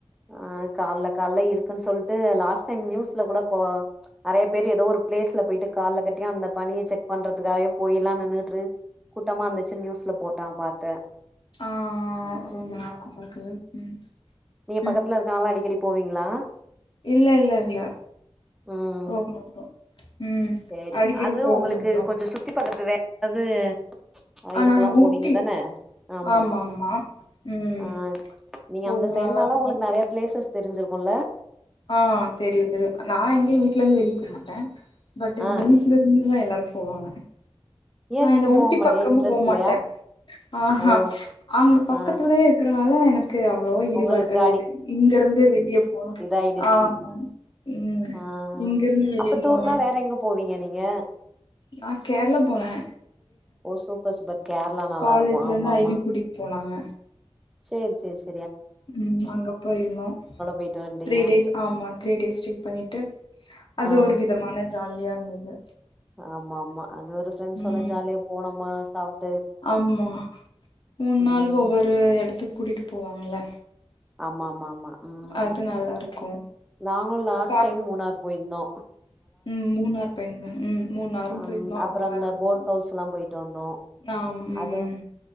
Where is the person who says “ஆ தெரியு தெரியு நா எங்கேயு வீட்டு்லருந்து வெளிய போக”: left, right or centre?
Left